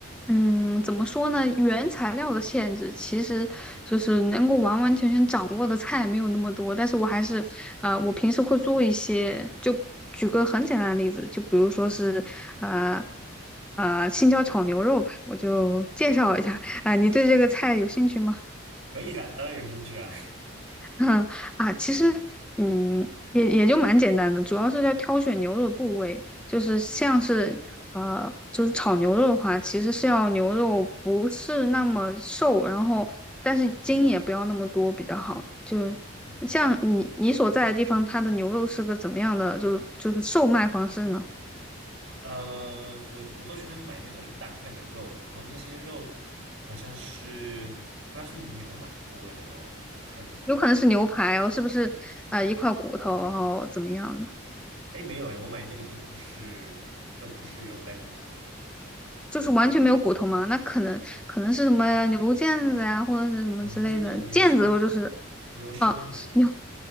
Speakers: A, in the centre; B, on the right.
A: 嗯，怎么说呢？原材料的限制，其实就是能够完完全全掌握的菜没有那么多。但是我还是，呃，我平时会做一些。就举个很简单的例子，就比如说是，呃，呃，青椒炒牛肉吧，我就介绍一下。<laughs> 啊、你对这个菜有兴趣吗？
B: 可以啊，当然有兴趣啊。
A: 嗯啊，其实嗯，也也就蛮简单的，主要是要挑选牛肉部位，就是像是呃，就是炒牛肉的话，其实是要牛肉不是那么瘦，然后但是筋也不要那么多比较好。
B: <laughs>
A: 就
B: OK，
A: 像你你所在的地方，它的牛肉是个怎么样的，就是就是售卖方式呢？
B: 呃，我我都喜欢买那种一大块的肉，然后那些肉好像是不知道是牛哪个部位的肉，我我看一下。
A: 有可能是牛排哦，是不是？啊、一块骨头，然后怎么样的？
B: 哎，没有哎，我买那个都不是都不是有带骨头的，
A: 就是完全没有骨头嘛，
B: 然后
A: 那可能可能是什么牛腱子呀，或者是什么之类的腱子，
B: 啊，它是那个牛胸
A: 肉，就是
B: 牛胸腩
A: 啊牛